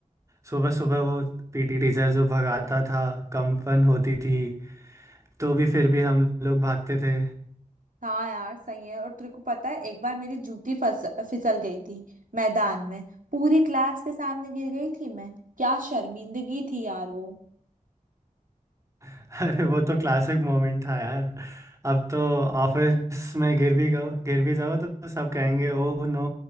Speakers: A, on the right (about 20°); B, on the right (about 70°).
A: सुबह सुबह वो पीटी टीचर जो भगाता था कंपन होती थी तो भी
B: हाँ
A: फिर भी हम लोग भागते थे
B: हाँ यार सही है और तेरे को पता है एक बार मेरी जूती फस फिसल गई थी मैदान में पूरी क्लास के सामने गिर गई थी मैं क्या शर्मिंदगी थी यार वो
A: <laughs> अरे वो तो क्लासिक मोमेंट था यार अब तो ऑफिस में गिर भी गो गिर भी जाओ तो सब कहेंगे ओ नो